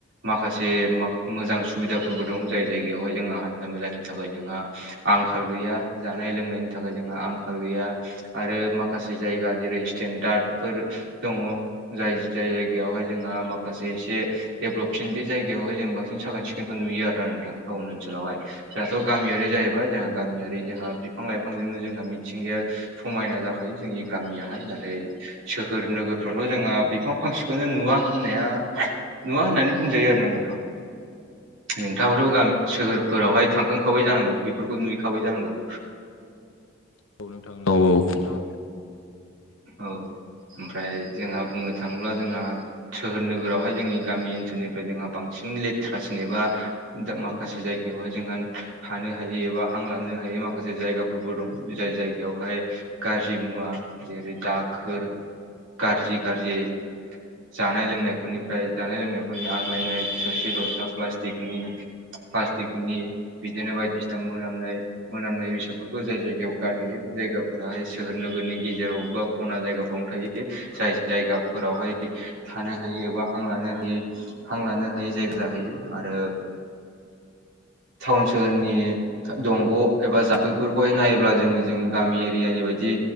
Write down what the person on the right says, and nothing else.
माखासे मोजां सुबिदाफोरबो दं जाय जायगायावहाय जोंहा हान्था मेलानि थाखाय जोंहा आंखाल गैया जानाय लोंनायनि थाखाय जोंहा आंखाल गैया। आरो माखासे जायगा जेरै स्टेनडार्दफोर दङ। जाय जाय जायगायावहाय जोंहा माखासे एसे देभलपसिन बे जायगायावाय जों बांसिन साखोन सिखोनखौ नुयो आरोना नोंथां। ओनसोलावहाय जोंहाथ' गामियारि जाहैबाय बा जोंहा गामियारि जोंहा बिफां लाइफांजोंनो जोंहा मिथिंगाया समायना जाखायो। जोंनि गामियाहाय नाथाय‌। सोहोर नोगोरफ्रावथ' जोंहा बिफां फांसेखौनो नुवा होननाया। नुङा होननानै बुंजायो आरोना नोंथां। नोंथाङाबोथ' गामि सोहोरफोरावहाय थांखांखाबाय जानांगौ बेफोरखौ नुैखाबाय जानांगौ।
औ ओमफ्राय जोंहा बुंनो थाङोब्ला जोंहा सोहोर नोगोरावहाय जोंनि गामि ओनसोलनिफ्राय जोंहा बांसिन लेथ्रासिन एबा दा माखासे जायगायावहाय जोंहा थानो हाय एबा हां लानो हायै माखासे जायगाफोरबो दं जाय जायगायावहाय गाजि मुवा जेरै दाखोर गाजाज्रि गाज्रि जानाय लोंनाय। फोरनिफ्राय जानाय लोंनायफोरनि आग्लायनाय थोरसि दरथा प्लास्टिकनि प्लास्टिकनि बिदिनो बायदिसिना मोनामनाय। मोनामनाय बेसादफोरखौ जाय जायगायाव गारहैयो बे जायगाफोराहाय सोहोर नोगोरनि गेजेराव बा खना जायगा। सुबुं थ जाय जायगाफोरावहाय। थानो हायो एबा हां लानो हायो हां लानो हायो जायगा। जाहैयो आरो टाउन सोहोरनि दंग' एबा जाम्फैफोरखौहाय नायोब्ला जोङो जों गामि एरियानि बायदि